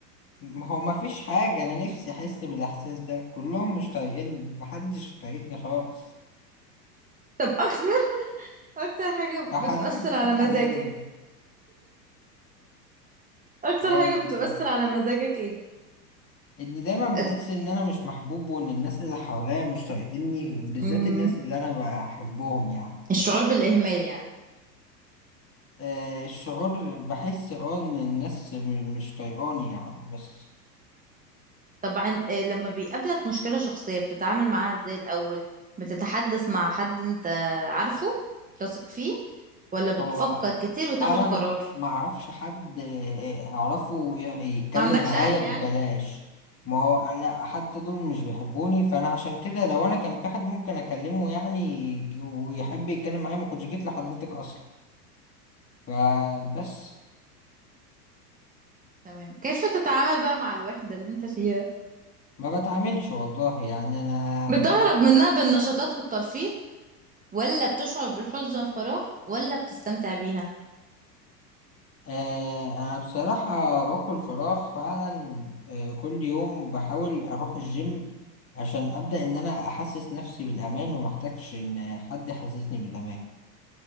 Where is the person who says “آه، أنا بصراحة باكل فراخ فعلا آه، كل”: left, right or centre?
Left